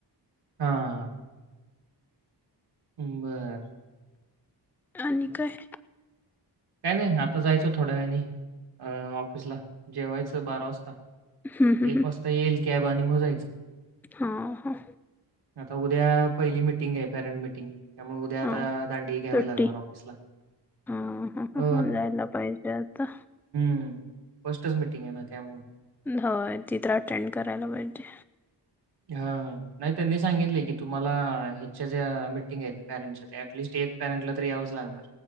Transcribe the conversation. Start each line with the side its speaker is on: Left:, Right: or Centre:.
Right: हा हा हा. हू बरं
Centre: आणि काय?.
Right: काय नाय आता जायचं थोड्या वेळानी अ ऑफिसला जेवायचं बारा वाजता.
Centre: हम्म हम्म
Right: एक वाजता येईल कॅब आणि मग जायचं.
Centre: हा हा.
Right: आता उद्या पहिली मिटिंग आहे पॅरेंट मिटिंग. त्यामुळ उद्या आता
Centre: हा
Right: दांडी घ्यावी
Centre: सुट्टी
Right: लागणार ऑफिसला.
Centre: हा हा
Right: हो,
Centre: जायला पाहिजे आता.
Right: हम् फस्टच मिटिंग आहे ना त्यामुळ
Centre: होय ती तर अटेंड करायला पाहिजे.
Right: हा नाही त्यांनी सांगितले की तुम्हाला ह्याच्या ज्या मिटिंग आहेत पॅरंटच्या त्या ऍटलीस्ट एक एक पॅरंटला तरी यावचं लागणार.